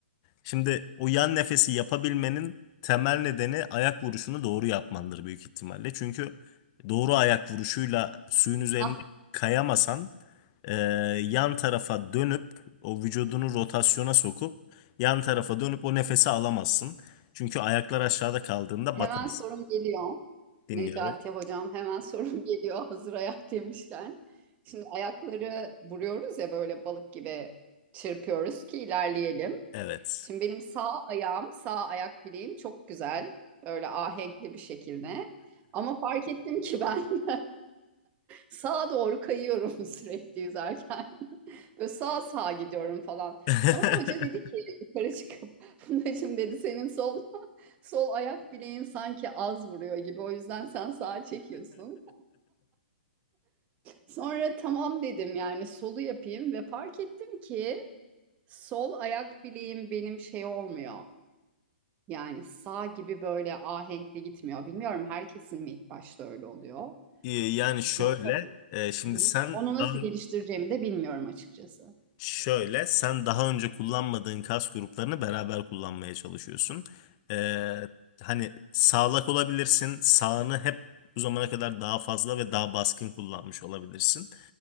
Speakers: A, on the left (about 35°); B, on the right (about 25°).
A: Şimdi o yan nefesi yapabilmenin temel nedeni ayak vuruşunu doğru yapmandır büyük ihtimalle. Çünkü doğru ayak vuruşuyla suyun üzerinde
B: Ah
A: kayamasan e, yan tarafa dönüp o vücudunu rotasyona sokup yan tarafa dönüp o nefesi alamazsın. Çünkü ayaklar aşağıda kaldığında
B: Hemen
A: batarsın.
B: sorum geliyor.
A: Dinliyorum.
B: Necati hocam hemen sorum <laughs> geliyor hazır ayak demişken. Şimdi ayakları vuruyoruz ya böyle balık gibi çırpıyoruz ki ilerleyelim.
A: Evet.
B: Şimdi benim sağ ayağım, sağ ayak bileğim çok güzel. Böyle ahenkli bir şekilde. Ama fark ettim ki ben <laughs> sağa doğru kayıyorum <laughs> sürekli yüzerken. Böyle sağa sağa gidiyorum falan.
A: <laughs>
B: Sonra hoca dedi ki yukarı çıkıp <laughs> Fundacığım dedi senin sol <laughs> sol ayak bileğin sanki az vuruyor gibi o yüzden sen sağa çekiyorsun. Sonra tamam dedim yani solu yapayım ve fark ettim ki sol ayak bileğim benim şey olmuyor. Yani sağ gibi böyle ahenkli gitmiyor. Bilmiyorum herkesin mi ilk başta öyle oluyor.
A: Ee, Yani şöyle,
B: Yoksa
A: e, şimdi
B: Hı hı.
A: sen
B: onu nasıl
A: daha
B: geliştireceğimi de bilmiyorum açıkçası.
A: Şöyle, sen daha önce kullanmadığın kas gruplarını beraber kullanmaya çalışıyorsun. Ee, hani sağlak olabilirsin, sağını hep bu zamana kadar daha fazla ve daha baskın kullanmış olabilirsin.